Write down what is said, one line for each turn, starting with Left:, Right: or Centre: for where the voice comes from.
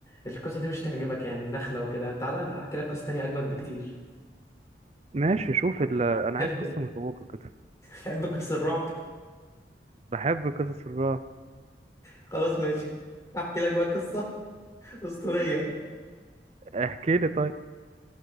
Left: القصه دي مش تعجبك يعني النخله وكده تعالى احكي لك قصه تانية اجمد بكتير
Right: ماشي شوف ال... انا
Left: تحب
Right: عايز قصة مشوقة كده
Left: تحب قصص الرعب
Right: بحب قصص الرعب
Left: خلاص ماشي احكي لك بقى قصه اسطوريه
Right: احكي لي طيب